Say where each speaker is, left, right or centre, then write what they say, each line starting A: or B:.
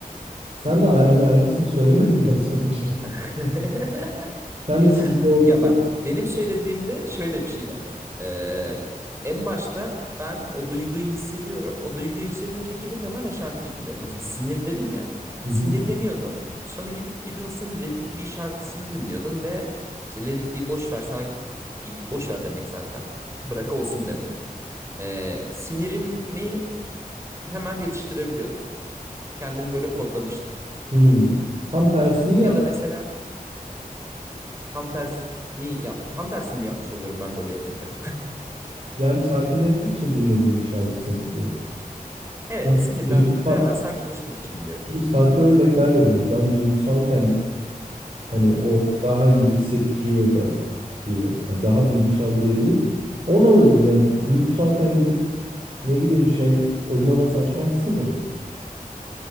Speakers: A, on the right (about 45°); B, on the right (about 20°).
A: Sen de a- hani aynısını söylemedin mi az önce?
B: <laughs>
A: <laughs> Sen de sinirli olduğunda
B: Ya bak benim söylediğimde şöyle bir şey var bak. Ee, en başta ben o duyguyu hissediyorum. O duyguyu hissedince gidip hemen o şarkıyı dinliyorum. Mesela sinir dedim ya.
A: Hı
B: Sinirleniyordum.
A: hı.
B: Sonra gidip Beatles'ın Let It Be şarkısını dinliyordum ve işte Let It Be boş ver sakin gibi boş ver demek zaten. Bırak olsun demek. Ee, sinirimi hemen yatıştırabiliyordum. Kendimi böyle kodlamıştım.
A: Hmm. Tam tersini
B: Ya
A: yap.
B: da mesela tam tersi ni yap, tam tersini mi yapmış oluyorum ben böyle yapınca?
A: Yani sakinleşmek için dinlediğim bir şarkı senin bu.
B: Evet,
A: Ama
B: sinirlendiğimde
A: Duygusal,
B: hemen sakinleşmek için diyorum.
A: biz farklı örnekler veriyoruz. Ben duygusalken hani
B: Hı
A: o
B: hı.
A: daha iyi hissettiriyor da diye. Yani daha duygusal diye değil. Ona uygun. Yani du- duygusalken gidip ne bileyim şey oyun havası açmazsın ya.